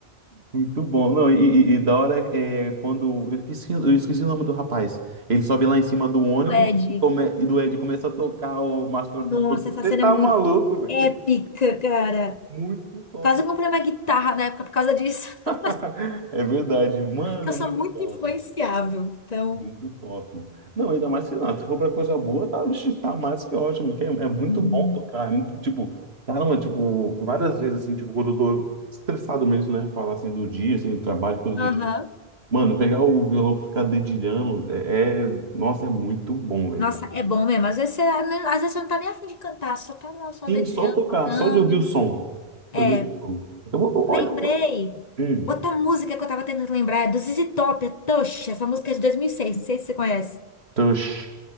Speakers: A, on the right; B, on the left.
A: Muito bom. Não, e, e- e da hora é quando. Eu esqueci, eu esqueci o nome do rapaz. Ele sobe lá em cima do ônibus
B: Ed.
A: e, come- e do Ed começa a tocar o Master
B: Nossa,
A: of Puppets.
B: essa
A: Você
B: cena
A: tá
B: é muito
A: maluco, velho?
B: épica, cara.
A: Muito top.
B: Quase eu comprei uma guitarra na época por causa disso. <laughs>
A: <laughs> É verdade, mano,
B: Eu sou
A: muito
B: muito
A: top.
B: influenciável. Então.
A: Muito top. Não, ainda mais que não. Se for pra coisa boa, tá, vixe, tá mais que ótimo. que é, é muito
B: hum,
A: bom tocar. É muito, tipo, caramba, tipo, várias vezes assim, tipo, quando eu tô estressado mesmo, né? Falar assim do dia, assim, trabalho, coisa do
B: Aham.
A: dia. Mano, pegar o violão pra ficar dedilhando é, é- Nossa, é muito bom, velho.
B: Nossa, é bom mesmo. Às vezes você, às vezes você não tá nem afim de cantar, só tá lá só
A: Sim,
B: dedilhando,
A: só tocar,
B: tocando.
A: só de ouvir o som.
B: É,
A: Só de ouvir o som. Então, Eu vou,
B: lembrei.
A: olha só. Hum,
B: Outra música que eu tava tentando lembrar é do ZZ Top, é Tush. Essa música é de 2006, não sei se você conhece.
A: tush.